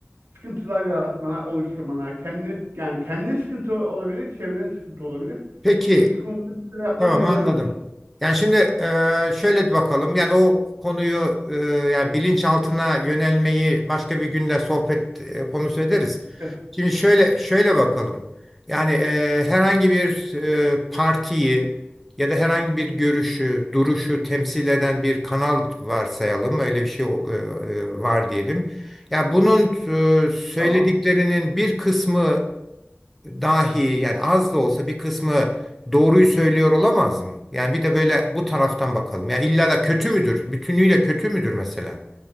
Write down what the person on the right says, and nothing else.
sıkıntılar yaratmana, oluşturmana, kendine, yani kendine sıkıntı olabilir, çevrene sıkıntı olabilir.
Bu iki konuda bir şeyler yapman
neden
olur?
Eh,
Tamam.